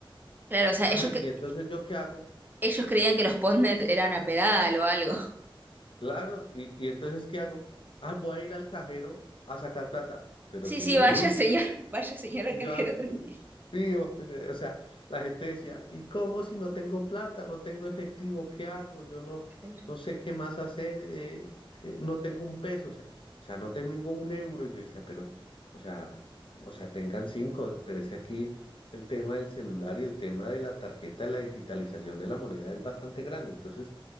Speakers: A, on the right; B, on the left.
A: Claro, o sea,
B: Ay,
A: ellos, que-
B: ¿y entonces yo qué hago?
A: ellos
B: Pues
A: creían que los postnet eran a pedal o algo. <laughs>
B: claro, ¿y, y entonces qué hago? Ah, voy a ir al cajero a sacar plata, pero
A: Sí,
B: si
A: sí,
B: no
A: vaya
B: hay luz.
A: señor, <laughs> vaya señora
B: Yo,
A: cajera
B: aquí,
A: tranquila.
B: pío, eh, o sea, la gente decía, ¿y cómo si no tengo plata, no tengo efectivo, qué hago? Yo no,
A: Claro,
B: no sé qué más hacer, eh, que no tengo un peso, o sea, o sea, no tengo un euro. Y Yo decía, pero, o sea, o sea, tengan cinco, pero es que aquí el tema del celular y el tema de la tarjeta, la digitalización de la moneda es bastante grande, entonces